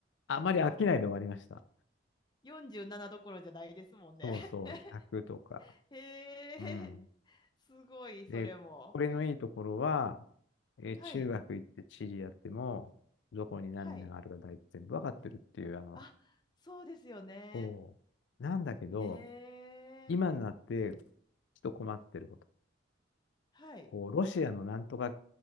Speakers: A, on the left; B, on the left.
A: あまり飽きないで終わりました。
B: <laughs> 47どころじゃないですもんね。
A: そうそう、1 0とか。
B: <laughs> へえ、
A: うん。
B: すごい、それも。
A: で、これのいいところは、えー中学行って地理やっても、
B: はい、
A: どこに何があるか大体全部わかってるっていう、
B: はい。
A: あの、
B: あ、そうですよね。
A: そう。なんだけど、
B: へえ、
A: 今になって、ちょっと困ってること。
B: はい。
A: こう、ロシアのなんとか、